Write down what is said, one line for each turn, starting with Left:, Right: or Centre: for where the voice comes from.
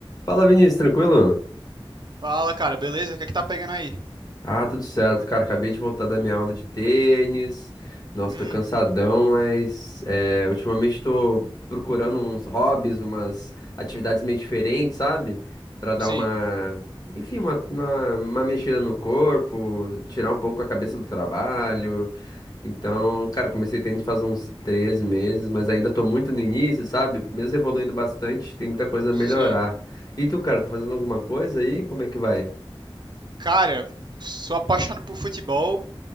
Left: Fala, Vinícius, tranquilo?
Right: Fala, cara, beleza? O que é que tá pegando aí?
Left: Ah, tudo certo, cara. Acabei de voltar da minha aula de tênis. Nossa,
Right: Hum,
Left: tô cansadão, mas é, ultimamente tô procurando uns hobbies, umas atividades meio diferentes, sabe? Pra dar
Right: sim,
Left: uma, enfim, uma, uma, uma mexida no corpo, tirar um pouco a cabeça do trabalho. Então, cara, comecei tênis faz uns três meses, mas ainda tô muito no início, sabe? Mesmo evoluindo bastante, tem muita coisa a
Right: sim.
Left: melhorar. E tu, cara, tá fazendo alguma coisa aí? Como é que vai?
Right: Cara, sou apaixonado por futebol